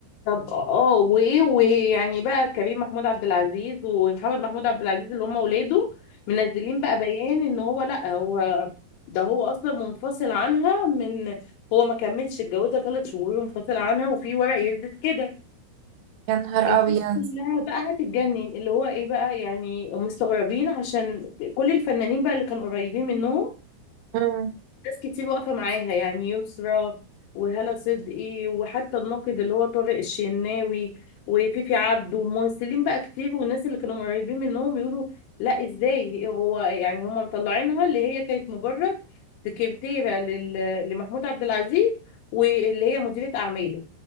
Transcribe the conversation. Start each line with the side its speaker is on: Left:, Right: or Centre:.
Left: طب اه وايه ويعني بقى كريم محمود عبد العزيز ومحمد محمود عبد العزيز اللي هم ولاده منزلين بقى بيان ان هو لا هو ده هو اصلا منفصل عنها من هو ما كملش اتجوزها ثلاث شهور ومنفصل عنها وفي ورق يثبت كده
Right: يا نهار
Left: الناس
Right: ابيض
Left: كلها بقى هتتجنن اللي هو ايه بقى يعني مستغربين عشان كل الفنانين بقى اللي كانوا قريبين منهم
Right: مم.
Left: ناس كتير واقفة معاها يعني يسرا وهالة صدقي وحتى الناقد اللي هو طارق الشناوي وفيفي عبده وممثلين بقى كتير والناس اللي كانوا قريبين منهم يقولوا لا ازاي هو يعني هم مطلعينها اللي هي كانت مجرد سكرتيرة لل... لمحمود عبد العزيز واللي هي مديرة أعماله